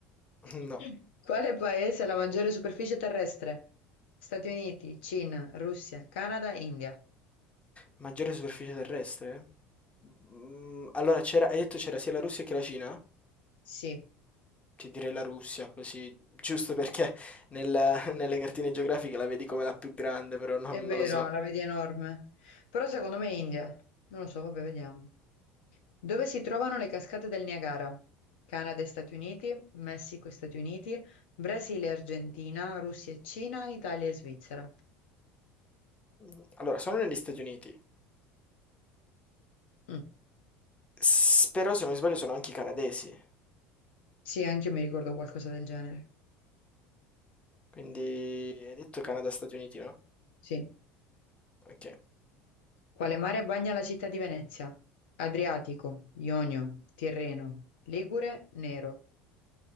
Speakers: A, on the left; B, on the left.
A: <laughs>
B: <laughs>
A: no.
B: Quale paese ha la maggiore superficie terrestre? Stati Uniti, Cina, Russia, Canada, India.
A: Maggiore superficie terrestre? Mm, allora, c'era, hai detto c'era sia la Russia che la Cina?
B: Sì,
A: Ti direi la Russia, così, giusto perché nella- <laughs> nelle cartine geografiche la vedi come la più grande, però non,
B: è vero,
A: non lo so.
B: la vedi enorme. Però secondo me è India. Non lo so, vabbè, vediamo. Dove si trovano le cascate del Niagara? Canada e Stati Uniti, Messico e Stati Uniti, Brasile e Argentina, Russia e Cina, Italia e Svizzera.
A: Mm, Allora, sono negli Stati Uniti,
B: Mm.
A: S- però se non mi sbaglio sono anche i canadesi,
B: Sì, anche io mi ricordo qualcosa del genere.
A: quindi hai detto Canada-Stati Uniti, no?
B: Sì.
A: Ok,
B: Quale mare bagna la città di Venezia? Adriatico, Ionio, Tirreno, Ligure, Nero.